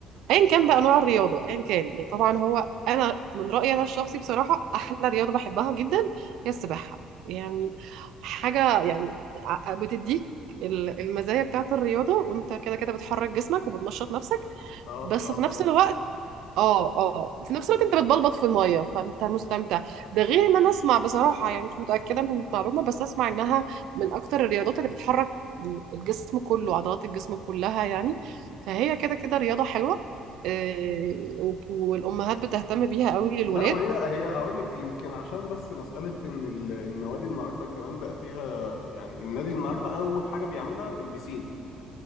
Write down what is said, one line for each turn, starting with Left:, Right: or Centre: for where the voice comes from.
Right: ايا كان بقى نوع الرياضه ايا كان يعني طبعا هو انا من رايي انا الشخصي بصراحه احلى رياضه بحبها جدا هي السباحه يعني حاجه يعني ع- بتديك ال- المزايا بتاعت الرياضه وانت كده كده بتحرك جسمك وبتنشط نفسك
Left: اه
Right: بس
Left: اه
Right: في
Left: طبعا
Right: نفس الوقت اه اه في نفس الوقت انت بتبلبط في الميه فانت مستمتع ده غير ان انا اسمع بصراحه يعني مش متاكده من المعلومه بس اسمع انها من اكتر الرياضات اللي بتحرك الجسم كله عضلات الجسم كلها يعني فهي كده كده رياضه حلوه آه، و- والامهات بتهتم بيها قوي للولاد
Left: لا وهي هي اقول لك هي يمكن عشان بس مساله ان ال- النوادي النهارده كمان بقى فيها يعني النادي النهارده اول حاجه بيعملها البسين